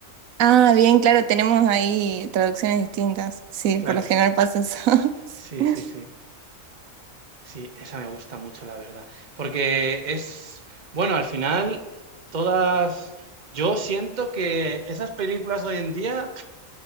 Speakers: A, on the right (about 85°); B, on the right (about 35°).
A: Ah, bien, claro, tenemos ahí traducciones distintas. Sí,
B: Claro,
A: por lo general pasa eso.
B: sí,
A: <laughs>
B: sí, sí. Sí, esa me gusta mucho, la verdad. Porque es, bueno, al final, todas... Yo siento que esas películas de hoy en día